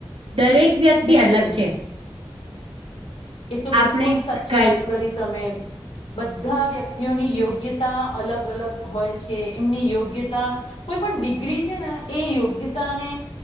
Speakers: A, on the right; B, on the left.
A: દરેક વ્યક્તિ
B: બિલકુલ
A: અલગ છે.
B: એ તો બિલકુલ
A: આપણે
B: સાચી
A: કઈ
B: વાત કરી તમે બધા વ્યક્તિઓની યોગ્યતા અલગ અલગ હોય છે એમની યોગ્યતા કોઈ પણ ડિગ્રી છે ને એ યોગ્યતા ને